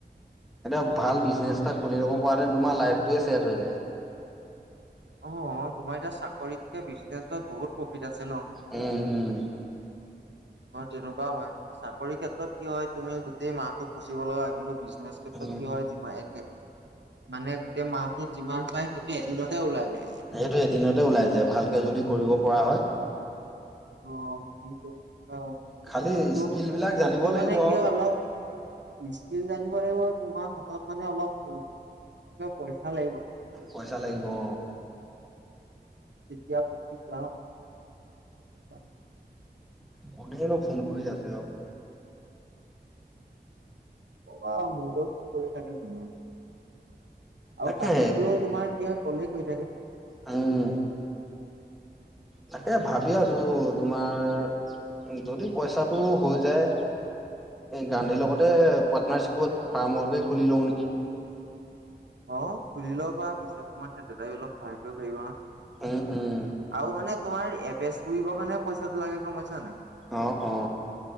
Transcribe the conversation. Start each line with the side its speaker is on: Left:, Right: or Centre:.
Centre: এনে ভাল বিজনেচ এটা খুলি ল'ব পৰা নাই। তোমাৰ লাইটোয়াৰ হৈ যায়।
Right: অ, তোমাৰ এতিয়া চাকৰিতকে বিজনেচত বহুত প্ৰফিট আছে ন।
Centre: উম, উম,
Right: তেনেকুৱাও হয় চাকৰি ক্ষেত্ৰত কি হয় তুমি গোটেই মাহটো ফুচিব লগা কিন্তু নি ক্ষেত্ৰত
Centre: উম।
Right: কি হয় যিমান একে মানে তে মাহত যিমান পায় সেইয়া এদিনতে ওলাই যায়।
Centre: সেইটো এদিনতে ওলাই যায় ভালকে যদি কৰিব পৰা হয়।
Right: অ, ঠিক ই অ,
Centre: খালি
Right: কিন্তু
Centre: স্কিল বিলাক
Right: বস্তু
Centre: জানিব লাগিব
Right: মানে কিয়
Centre: আৰু
Right: অলপ ছিল জানিব লাগিব তোমাৰ হাতত মানে অলপ পইচা লাগিব।
Centre: পইচা লাগিব অ,
Right: <unintelligible>
Centre: কোনেনো ফোন কৰি আছে আৰু।
Right: অ, মোৰলৈও ফোন কৰি থাকে ঘনিইয়ে। আৰু
Centre: তাকে
Right: কাটলৈও তোমাৰ কি হয় ক'লে কৈ থাকে।
Centre: উম, তাকে ভাবি আছোঁ, তোমাৰ যদি পইচাটো হৈ যায়। গান্ধীৰ লগতে পাৰ্টনাৰশ্বিপত ফাৰ্মৰ্কে খুলি লওঁ নেকি।
Right: অ, খুলিলেও পাৰ পিছত তোমাৰ এতিয়া দাদাই অলপ সহায় কৰিব পাৰিব নহয়।
Centre: উম উম
Right: আৰু মানে তোমাৰ এভেছ পহবৰ কাৰণে পইচাটো লাগে গম পাইছা নে নাই।
Centre: অ, অ,